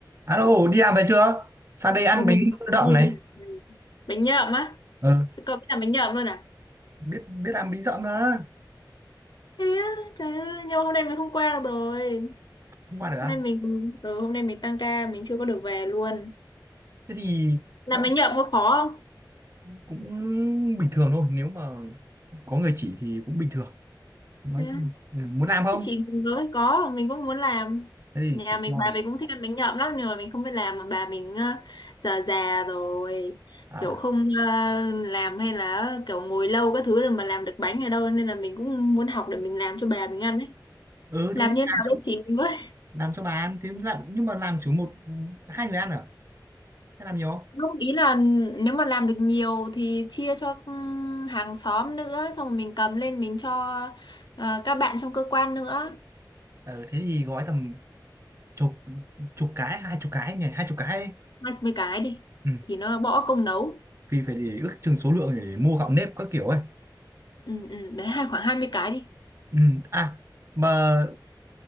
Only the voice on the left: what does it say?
bọn
mình gọi
cái gì
là bánh nhậm á
sự cậu biết làm bánh nhậm luôn à
thế á trời ơi nhưng mà hôm nay mình không qua được rồi
hôm nay mình ừ, hôm nay mình tăng ca mình chưa có được về luôn
làm
bánh nhậm có khó không
thế á
Thế chị mình với có mình cũng muốn làm
nhà
mình
bà
mình cũng thích ăn bánh nhậm lắm nhưng mà mình không biết làm mà bà mình ờ, già già rồi
kiểu không ờ, làm hay là kiểu ngồi lâu các thứ rồi mà làm được bánh ở đâu nên là mình cũng muốn học để mình làm cho bà mình ăn ấy
làm
như
nào
đấy chị mình với
Không, ý là nếu mà làm được nhiều thì chia cho ừm, hàng xóm nữa xong rồi mình cầm lên mình cho ờ, các bạn trong cơ quan nữa
hai mươi cái đi
thì nó bỏ công nấu
ừ, ừ, đấy hai khoảng 20 cái đi